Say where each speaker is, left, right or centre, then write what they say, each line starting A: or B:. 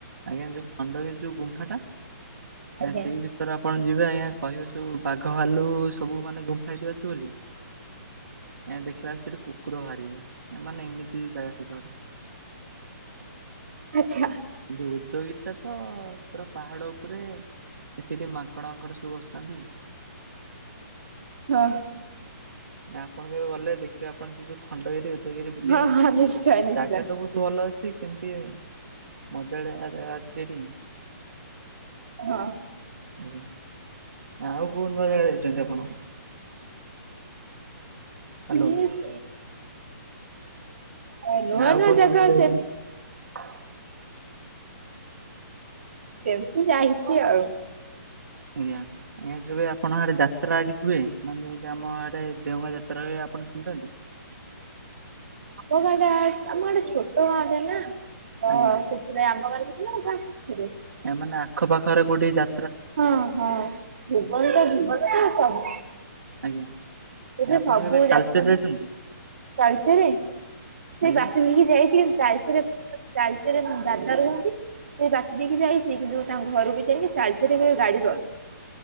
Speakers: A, on the right; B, on the right.
A: ଆଜ୍ଞା ଯୋଉ ଖଣ୍ଡଗିରି ଯୋଉ ଗୁମ୍ଫା ଟା
B: ଆଜ୍ଞା
A: ଏ ସେଇ ଭିତରେ ଆପଣ ଯିବେ ଆଜ୍ଞା କହିବେ ସବୁ ବାଘ ଭାଲୁ ସବୁ ମାନେ ଗୁମ୍ଫାଟି ଅଛି ବୋଲି? ଏଁ ଦେଖିଲା ବେଳେ ସେଠି କୁକୁର ବାହାରିବ ମାନେ ଏମିତି ବି ଜାଗା ସେଟା ଗଟେ।
B: ଆଚ୍ଛା।
A: ଉଦୟ ଗିରି ଟା ତ ପୁରା ପାହାଡ ଉପରେ ଏଥି ଟିକେ ମାଙ୍କଡ ଫାଙ୍କଡ ସବୁ ବସି ଥାଆନ୍ତି।
B: <inaudible> ଅ ହଁ।
A: ଆପଣ କେବେ ଗଲେ ଦେଖିବେ ଆପଣ ସେ ଯୋଉ ଖଣ୍ଡଗିରି ଉଦ ଉଦୟ ଗିରି ବୁଲିବେ
B: ହଁ ହଁ ନିଶ୍ଚୟ ନିଶ୍ଚୟ
A: ଜାଗା ତ ବହୁତ ଭଲ ଅଛି ଛି କିନ୍ତୁ ଟିକେ ମଜାଳିଆ ଜାଗା ଅଛି ସେଠି।
B: ହଁ।
A: ଆଜ୍ଞା ଆଉ କୋଉ ନୂଆ ଜାଗା ଯାଇଚନ୍ତି ଆପଣ? ହ୍ୟାଲୋ
B: ମୁଁ ସି ଆ ନୂଆ
A: ଆଉ
B: ନୂଆ
A: କୋଉ
B: ଜାଗା
A: ଯାଇଛନ୍ତି?
B: ସେମ୍
A: <inaudible>
B: ସେମିତି ଯାଇଚି ଆଉ।
A: ଆଜ୍ଞା ଯେବେ ଆପଣ ଆଡେ ଯାତ୍ରା କିଛି ହୁଏ, ମାନେ ଆମ ଆଡେ ଦେଓଗାଁ ଯା ତ୍ରା ହୁଏ ଆପଣ ତିନ୍ତନ୍ତି?
B: ଆମ ଗାଁ ଟା ଆମ ଗାଟା ଛୋଟ ଗାଁ ଟା ନା, ତ
A: ଆଜ୍ଞା
B: ସେଥିପାଇଁ ଆମ ଗାଁ ଆମ ଗାଁ ପାଖରେ।
A: ଏ ମାନେ ଆଖପାଖରେ କୋଉଠି ଯା
B: ହଁ ହଁ ଭୁବନ ତ ଭୁବନ ତ ସବୁ
A: ଆଜ୍ଞା।
B: ସେଥିରେ
A: ଆପଣ
B: ସବୁ
A: କେବେ
B: ଯାତ୍ରା
A: ତାଲଚେର ଯାଇଛନ୍ତି
B: ବାଲିଚୁରେଇ। ସେ
A: ଆଜ୍ଞା
B: ଡାକି ଦେଇକି ଯାଇଚି ତା ତାଳଚେର ତାଳଚେର ରେ ଦାଦା ରୁହନ୍ତି, ସେଇ ବାଟ ଦେଇକି ଯାଇଚି କିନ୍ତୁ ତାଙ୍କ ଘରକୁ ଯାଇକି ତାଳଚେର କେବେ ଗାଡି ରହି